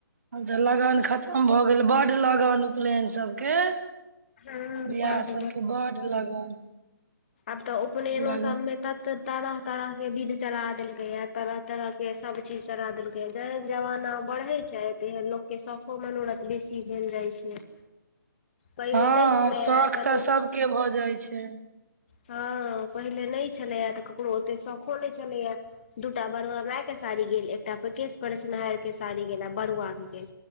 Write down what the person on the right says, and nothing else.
आब तै लगन खत्म भऽ गेल बड लगन उपनैन सबके
बियाह
सबके बड्ड लगन
लगन
हां
शौख
तै सबके भऽ जाए छै।